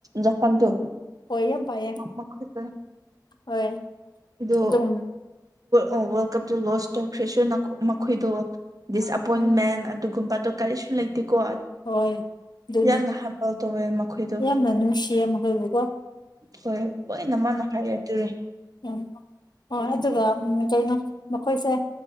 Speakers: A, on the right; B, on the left.
A: ꯖꯄꯥꯟꯗꯨ
B: ꯍꯣꯏ ꯌꯥꯝ ꯐꯩꯌꯦ
A: ꯃꯈ
B: ꯍꯣꯏ
A: ꯑꯗꯨꯗꯣ
B: ꯑꯗꯨꯝ
A: ꯑꯣ ꯋꯥꯔꯜ ꯀꯞꯇꯣ ꯂꯣꯁ ꯇꯧꯈ꯭ꯔꯦꯁꯨ ꯃꯈꯣꯏꯗꯣ ꯗꯤꯁꯑꯄꯣꯏꯟꯃꯦꯟ
B: ꯎꯝ
A: ꯕꯥꯇ ꯀꯥꯦ ꯁ ꯂꯩ ꯂꯩꯇ ꯀꯣꯋꯥꯗ
B: ꯍꯣꯏ ꯑꯗꯨꯅꯤ
A: ꯌꯥꯝꯅ ꯍꯝꯕꯜ ꯇꯧꯋꯦ ꯃꯈꯣꯏꯗꯣ
B: ꯌꯥꯝꯅ ꯅꯨꯡꯁꯤꯌꯦ ꯃꯈꯣꯏꯕꯨꯀꯣ
A: ꯍꯣꯏ ꯂꯣꯏꯅ ꯃꯥꯅ ꯍꯥꯏꯔꯛꯇꯣꯔꯦ
B: ꯎꯝ ꯎ ꯑꯗꯨꯒ ꯎꯝ ꯀꯩꯅꯣ ꯃꯈꯣꯏꯁꯦ